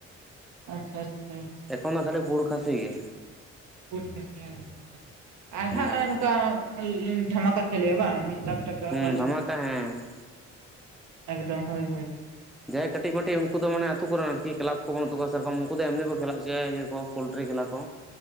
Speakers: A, on the right; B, in the centre.
A: ᱟᱪᱪᱷᱟ ᱟᱪᱪᱷᱟ
B: ᱮᱠᱷᱚᱱ ᱠᱷᱟᱹᱞᱤ ᱯᱳᱲ ᱠᱷᱟᱥᱤ ᱜᱮ᱾
A: <unintelligible> ᱟᱨ
B: ᱦᱩᱸ
A: ᱦᱟᱸᱜ ᱱᱚᱝᱠᱟ <unintelligible> ᱫᱷᱟᱢᱟᱠᱟ ᱠᱷᱮᱞᱮ ᱦᱳᱭᱳᱜᱼᱟ ᱵᱟᱝ ᱢᱤᱫ ᱞᱟᱠᱷ ᱴᱟᱠᱟ
B: ᱦᱩᱸ
A: ᱵᱟᱨ
B: ᱫᱷᱟᱢᱟᱠᱟ
A: ᱞᱟᱠᱷ ᱴᱟᱠᱟ?
B: ᱦᱮᱸ
A: ᱮᱠᱫᱚᱢ ᱦᱳᱭ ᱦᱳᱭ
B: ᱡᱟᱦᱟᱸᱮᱭ ᱠᱟᱹᱴᱤᱡ ᱢᱟᱹᱴᱤᱡ ᱩᱝᱠᱩ ᱫᱚ ᱢᱟᱱᱮ ᱟᱛᱳ ᱠᱚᱨᱮᱱ ᱟᱨᱠᱤ ᱠᱞᱟᱵᱽ ᱠᱚ ᱵᱟᱹᱱᱩᱜ ᱛᱟᱠᱣᱟ ᱥᱮᱨᱚᱠᱚᱢ ᱩᱝᱠᱩ ᱫᱚ ᱮᱢᱱᱤ ᱠᱚ ᱠᱷᱮᱞᱟ ᱚᱪᱚᱭᱟ ᱤᱭᱟᱹ ᱠᱚ ᱯᱩᱞᱴᱨᱤ ᱠᱷᱮᱞᱟ ᱠᱚ᱾